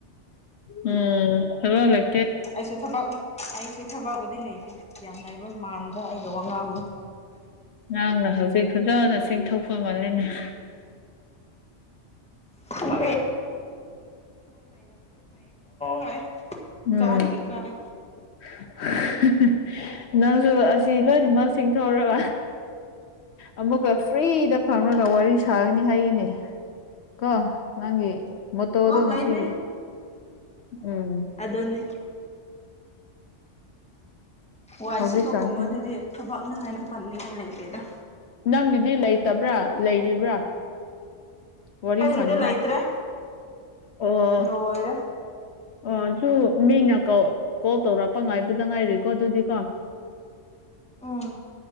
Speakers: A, on the left; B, in the centre.
A: ꯎꯝ ꯍꯜꯂꯣ ꯂꯩ
B: ꯑꯩꯁꯨ ꯊꯕꯛ ꯑꯩꯁꯨ ꯊꯕꯛꯕꯨꯗꯤ ꯂꯩꯇꯦ ꯌꯥꯝ ꯂꯥꯏꯕ ꯃꯥꯟꯗ꯭ꯔ ꯑꯩꯒ ꯋꯥꯉꯥꯡꯗꯣ
A: ꯅꯪꯅ ꯍꯧꯖꯤꯛ ꯐꯖꯅ ꯆꯤꯡꯊꯣꯛꯐꯝ ꯃꯥꯜꯂꯦꯅꯦ
B: <unintelligible> ꯐꯩꯀꯣ ꯍꯥꯏ ꯏꯀꯥꯏꯕꯨ
A: ꯎꯝ
B: ꯏꯀꯥꯏ
A: <unintelligible> ꯅꯪꯁꯨ ꯑꯁꯤ ꯂꯣꯏꯅꯃꯛ ꯆꯤꯡꯊꯣꯛꯔꯕ ꯑꯃꯨꯛꯀ ꯐ꯭ꯔꯤꯗ ꯐꯝꯔꯒ ꯋꯥꯔꯤ ꯁꯥꯒꯅꯤ ꯍꯥꯏꯌꯤꯅꯦ ꯀꯣ ꯅꯪꯒꯤ ꯃꯣꯠꯇꯣꯗꯣ
B: ꯊꯕꯛ
A: ꯉꯁꯤꯒꯤ
B: ꯂꯩꯇꯦ
A: ꯎꯝ
B: ꯗꯨꯅꯤ ꯋꯥꯏ
A: ꯍꯧꯖꯤꯛꯀꯥꯟꯁꯦ
B: ꯁꯤꯠꯄꯒꯨꯝꯕꯗꯨꯗꯤ ꯊꯕꯛꯅꯤ ꯍꯥꯏꯅ ꯄꯟꯅꯤꯡꯉꯥꯏ ꯂꯩꯇꯦꯗ
A: ꯅꯪꯒꯤꯗꯤ ꯂꯩꯇꯕ꯭ꯔꯥ ꯂꯩꯔꯤꯕ꯭ꯔꯥ ꯋꯥꯔꯤ
B: ꯑꯩꯒꯤꯗꯤ
A: ꯁꯥꯅꯤꯡꯉꯥꯏ
B: ꯂꯩꯇ꯭ꯔꯦ
A: ꯑꯣ
B: ꯂꯣꯏꯔꯦ
A: ꯑꯣ ꯁꯨ ꯃꯤꯅ ꯀꯣꯜ ꯀꯣꯜ ꯇꯧꯔꯛꯄ ꯉꯥꯏꯕꯗ ꯉꯥꯏꯔꯤꯀꯣ ꯑꯗꯨꯗꯤ ꯀꯣ
B: ꯎꯝ